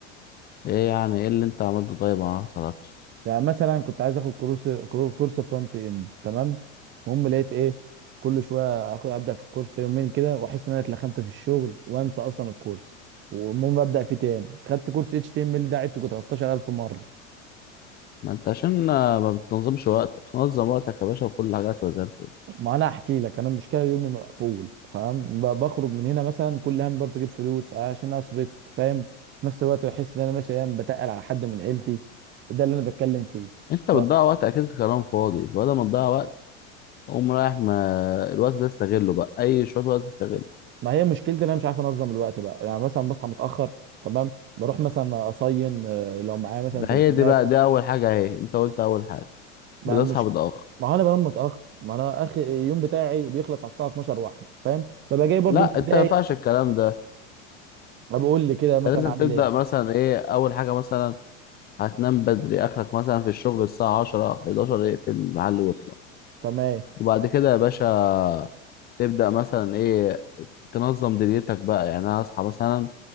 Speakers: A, on the left; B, on the right.
A: ايه يعني ايه اللي انت عملته طيب ما حصلكش
B: يعني مثلا كنت عايز اخد كورس كورس فرونت اند تمام المهم لقيت ايه كل شويه اخد ابدا في الكورس يومين كده واحس ان انا اتلخمت في الشغل وانسى اصلا الكورس والمهم ابدا فيه تاني خدت كورس اتش تي ام ال ده عدته 13000 مره
A: ما انت عشان آه، ما بتنظمش وقتك نظم وقتك يا باشا وكل حاجه هتبقى زي الفل
B: ما انا احكي لك انا المشكله يومي مقفول فاهم ب- بخرج من هنا مثلا كل هم برضه اجيب فلوس عشان اصرف فاهم في نفس الوقت بحس ان انا ماشي ايام بتقل على حد من عيلتي ده اللي انا بتكلم فيه
A: انت بتضيع
B: فما
A: وقت اكيد في كلام فاضي بدل ما تضيع وقت قوم رايح ما الوقت ده استغله بقى اي شويه وقت استغله
B: هي مشكلتي ان انا مش عارف انظم الوقت بقى يعني مثلا بصحى متاخر تمام بروح مثلا اصين آه، لو معايا مثلا
A: ده
B: تليفونات
A: هي دي بقى
B: أو-
A: دي اول حاجه اهي انت قلت اول حاجه
B: ما
A: بتصحى
B: هم مش
A: متاخر
B: ما هو انا بنام متاخر ما انا اخر اليوم بتاعي بيخلص على الساعه 12 واحده فاهم ببقى جاي برضه
A: لا
B: متضايق
A: انت ما ينفعش الكلام ده
B: بقول لي كده
A: انت
B: مثلا
A: لازم
B: اعمل
A: تبدا
B: ايه
A: مثلا ايه اول حاجه مثلا هتنام بدري اخرك مثلا في الشغل الساعه 10 11 اقفل المحل واطلع
B: تمام
A: وبعد كده يا باشا تبدأ مثلا ايه تنظم دنيتك بقى يعني انا هصحى مثلا